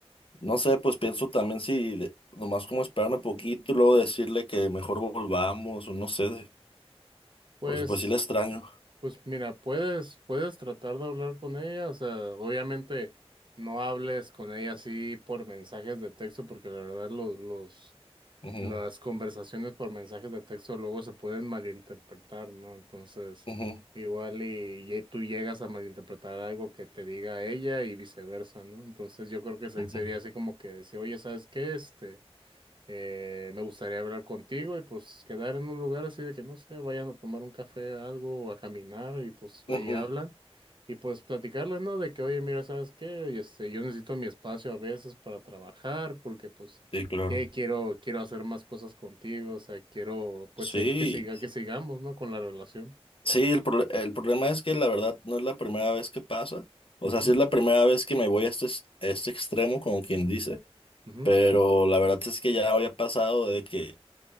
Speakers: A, on the left; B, on the right.
A: No sé, pues pienso también si de- nomás como esperarme poquito y luego decirle que mejor volvamos o no sé, de-
B: Pues
A: porque pues sí le extraño.
B: Pues mira, puedes, puedes tratar de hablar con ella, o sea, obviamente no hables con ella así por mensajes de texto, porque la verdad los, los,
A: Ujú,
B: las conversaciones por mensajes de texto luego se pueden malinterpretar, ¿no? Entonces,
A: ujú,
B: igual y, y tú llegas a malinterpretar algo que te diga ella y viceversa, ¿no? Entonces yo creo que se-
A: ujú,
B: sería así como que decir, oye, ¿sabes qué? Este... Eh, me gustaría hablar contigo y pues quedar en un lugar así de que no sé, vayan a tomar un café, algo, o a caminar y pues ahí
A: ujú.
B: hablan y pues platicarles, ¿no? De que, oye, mira, ¿sabes qué? Este, yo necesito mi espacio a veces para trabajar porque pues
A: Sí, claro.
B: que quiero, quiero hacer más cosas contigo, o sea, quiero pues
A: Sí,
B: se- que siga, que sigamos, ¿no? Con la relación.
A: sí, el, prole- el problema es que la verdad no es la primera vez que pasa. O
B: Ujú,
A: sea, sí es la primera vez que me voy a este, es- a este extremo, como quien dice,
B: ujú,
A: pero la verdad es que ya había pasado de que